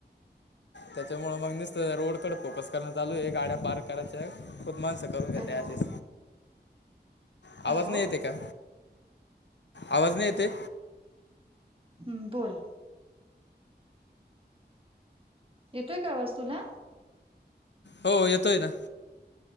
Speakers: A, on the left (about 85°); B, on the right (about 30°).
A: त्याच्यामुळे मग नसत रोडकडे फोकस करण चालू आहे गाड्या पार्क करायच्या खूप मानसक करून घ्या
B: हॅलो
A: त्या दिस आवाज
B: हॅलो
A: नाही येते का? आवाज नाही येते.
B: हम्म बोल. येतोय का आवाज तुला
A: हो येतोय ना.